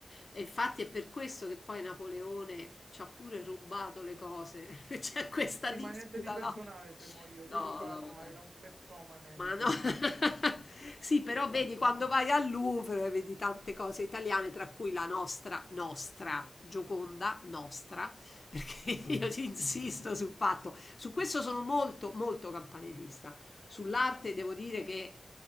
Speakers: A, on the left (about 55°); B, on the right (about 90°).
A: E infatti è per questo che poi Napoleone ci ha pure rubato le cose. <laughs> C'è questa
B: Sì,
A: disputa,
B: ma niente di personale,
A: no?
B: temo io.
A: No,
B: Lui rubava,
A: no, vabbè.
B: era un cleptomane,
A: Ma
B: diciamo.
A: no. <laughs> Sì, però vedi quando vai al Louvre vedi tante cose italiane, tra cui la nostra, nostra Gioconda, nostra, perché
B: Sì.
A: <laughs> io ci insisto sul fatto, su questo sono molto, molto campanilista. Sull'arte devo dire che